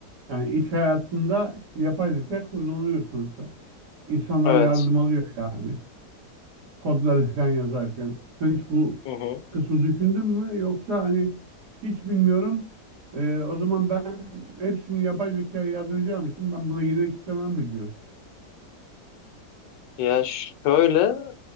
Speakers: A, on the right; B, on the left.
A: yani iş hayatında yapay zeka kullanılıyor sonuçta. İnsanlar
B: Evet.
A: yardım alıyor yani. kodları falan yazarken. Sen hiç bu
B: Hı hı.
A: kısmı düşündün mü? Yoksa hani hiç bilmiyorum. Ee, o zaman ben hepsini yapay zekaya yazdıracağım için ben buna girmek istemem mi diyor.
B: Ya şöyle,